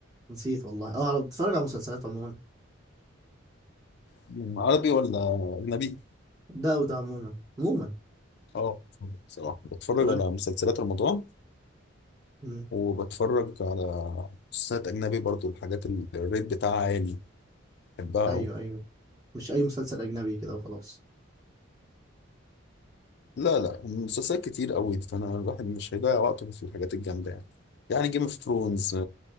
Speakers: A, on the right; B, on the left.
A: نسيت والله اه على بتفرج على مسلسلات عموما
B: مم، عربي ولا اجنبي
A: ده وده عموما عموما
B: اه بصراحه بتفرج
A: اتفرجت
B: على مسلسلات رمضان
A: مم.
B: وبتفرج على مسلسلات أجنبي برضو الحاجات اللي الريت بتاعها عالي بحبها
A: ايوه
B: أوي
A: ايوه مش اي مسلسل اجنبي كده وخلاص
B: لا لا مسلسلات كتير أوي فأنا الواحد مش هيضيع وقته في الحاجات الجامدة يعني يعني جيم اوف ثرونز